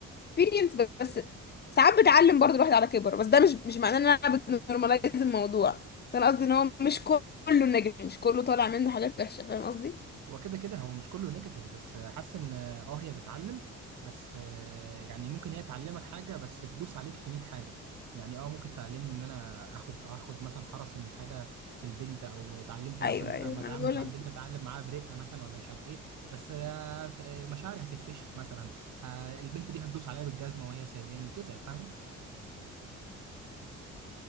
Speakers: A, on the left (about 35°); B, on the right (about 75°).
A: اكسبيرينس بس ساعات بتعلم برضو الواحد على كبر بس ده مش مش معناه ان انا بنورماليز الموضوع بس انا قصدي ان هو مش كله نجم مش كله طالع منه حاجات وحشه فاهم قصدي
B: هو كده كده هو مش كله نيجاتيف بس حاسس ان اه هي بتعلم بس آه، يعني ممكن هي تعلمك حاجه بس تدوس عليك في 100 حاجه يعني اه ممكن تعلمني ان انا اخد اخد مثلا حرصي من حاجه في البنت او اتعلمت مثلا
A: ايوه
B: ان
A: ايوه
B: انا لما
A: ما
B: اتعامل
A: انا بقول
B: مع
A: لك
B: البنت اتعلم معاها برقه مثلا ولا مش عارف ايه بس آه، ف- آه، مشاعري هتتفشخ مثلا ه- البنت دي هتدوس عليا بالجزمه وهي سايباني كده فاهمه